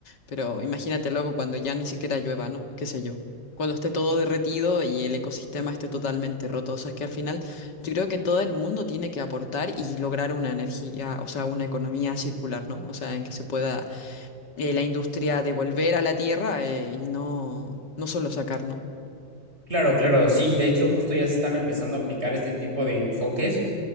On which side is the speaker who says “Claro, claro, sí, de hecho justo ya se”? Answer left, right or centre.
Right